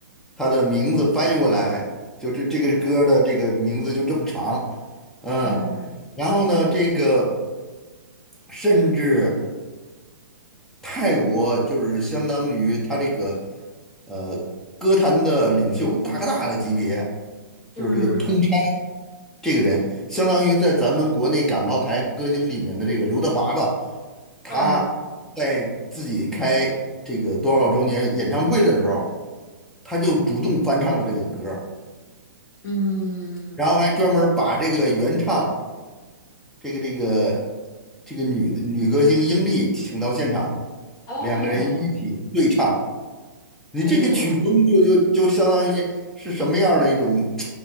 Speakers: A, in the centre; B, on the left.
A: 它的名字翻译过来，就这这个歌的这个名字就这么长，嗯，
B: 嗯
A: 然后呢，这个甚至泰国就是相当于他这个呃歌坛的领袖大哥大的级别，
B: 嗯
A: 就是这个通。这个人相当于在咱们国内港澳台歌星里面的这个刘德华吧，他
B: 嗯
A: 在自己开这个多少周年演唱会的时候，他就主动翻唱了这个歌儿
B: 嗯，
A: 然后还专门儿把这个原唱这个这个这个女女歌星英丽请到现场，
B: 哦，
A: 两个人一起对唱。你这个曲风就就就相当于是什么样儿的一种
B: 哎呦，